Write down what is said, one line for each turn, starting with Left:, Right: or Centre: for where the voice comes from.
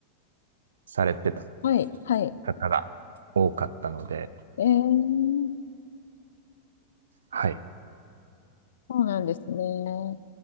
Right: されてた
Left: はい。はい。
Right: 方が多かったので、
Left: えー、
Right: はい。
Left: そうなんですね。